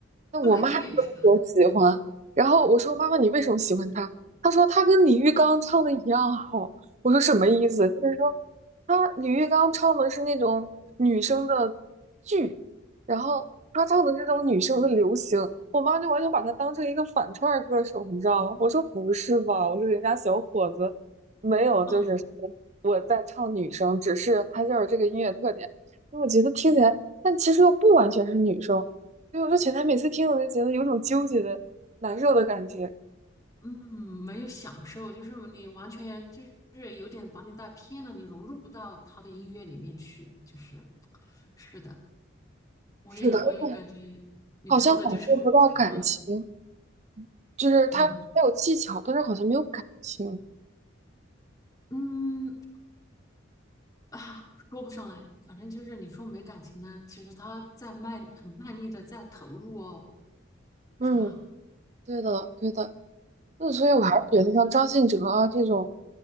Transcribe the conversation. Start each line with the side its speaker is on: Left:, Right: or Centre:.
Right: 那我妈特别喜欢。
Left: 不来电是吧？
Right: 然后我说：“妈妈，你为什么喜欢他？”她说：“他跟李玉刚唱的一样好。”我说：“什么意思？”就是说，他李玉刚唱的是那种女生的剧，然后他唱的是那种女生的流行。我妈就完全把他当成一个反串儿歌手，你知道吗？我说：“不是吧？”我说：“人家小伙子没有，
Left: 嗯，
Right: 就是说我在唱女生，只是他就是这个音乐特点。”我觉得听起来，但其实又不完全是女生。所以我说前台每次听我就觉得有种纠结的、难受的感觉，
Left: 嗯，没有享受，就是你完全就是有点把你带偏了，你融入不到他的音乐里面去，就是，是的，我也我也感觉你说的就是我想说的，
Right: 是的，而且好像感受不到感情，就是他他有技巧，
Left: 嗯
Right: 但是好像没有感情。
Left: 嗯啊，说不上来，反正就是你说没感情呢，其实他在卖，很卖力的在投入哦，是吧？
Right: 嗯，对的，对的。那所以我还是觉得像张信哲啊这种，
Left: 对，